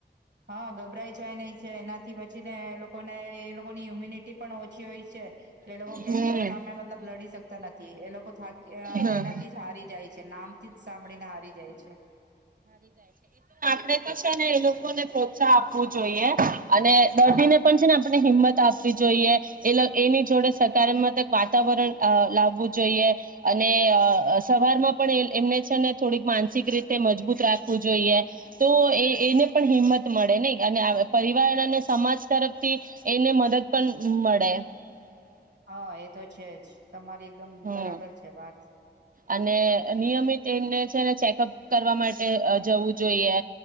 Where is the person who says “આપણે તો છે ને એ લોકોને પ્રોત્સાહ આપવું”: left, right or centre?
Right